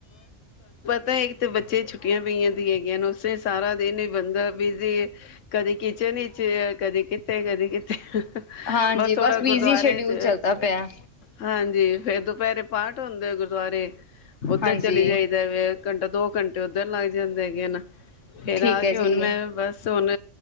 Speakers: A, on the left; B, on the left.
A: ਤਾਂ ਇੱਕ ਤੇ ਬੱਚੇ ਛੁੱਟੀਆਂ ਪਈਆਂ ਦੀ ਹੈਗੀਆਂ ਨੇ ਓਸ ਸੇ ਸਾਰਾ ਦਿਨ ਈ ਬੰਦਰ ਬਿਜ਼ੀ ਕਦੀ ਕਿਚਨ ਚ, ਕਦੀ ਕਿੱਥੇ, ਕਦੀ ਕਿੱਥੇ।
B: ਹਾਂਜੀ
A: ਬਸ ਥੋੜਾ ਗੁਰਦੁਆਰੇ
B: ਬਿਜੀ ਸ਼ਡਿਊਲ
A: ਚ
B: ਚੱਲਦਾ ਪਿਆ
A: ਹਾਂਜੀ। ਫਿਰ ਦੁਪੈਰੇ ਪਾਠ ਹੁੰਦੇ ਓ ਗੁਰ ਦੁਆਰੇ ਓੱਧਰ
B: ਹਾਂਜੀ
A: ਚਲੀ ਜਾਈਦਾ ਫੇਰ ਘੰਟਾ ਦੋ ਘੰਟੇ ਓੱਧਰ ਲੱਗ ਜਾਂਦੇ ਐਗੇ ਨਾ ਫਿਰ
B: ਠੀਕ
A: ਆ ਕੇ
B: ਹੈ
A: ਹੁਣ
B: ਜੀ
A: ਮੈਂ ਬਸ ਹੁਣ